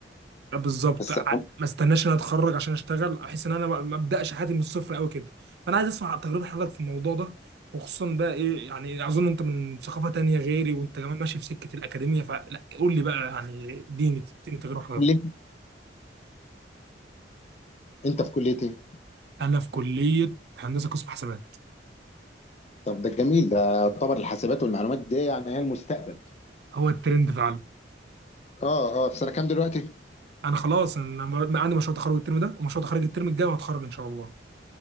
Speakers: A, on the right; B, on the left.
A: بالظبط
B: بس
A: ع-
B: عم-
A: ما استناش ان انا اتخرج عشان اشتغل احس ان انا ما ما ابداش حياتي من الصفر قوي كده فانا عايز اسمع تجربه حضرتك في الموضوع ده وخصوصا بقى ايه يعني اظن انت من ثقافه تانية غيري وانت كمان ماشي في سكه الاكاديميه فلا قول لي بقى يعني اديني اديني تجربه حضرتك
B: ليه انت في كليه ايه؟
A: انا في كليه هندسه قسم حسابات
B: طب ده جميل ده يعتبر الحاسبات والمعلومات دي يعني هي المستقبل
A: هو الترند فعلا
B: اه اه في سنه كام دلوقتي؟
A: انا خلاص انا لما- عندي مشروع تخرج الترم ده ومشروع تخرج الترم الجاي وهتخرج ان شاء الله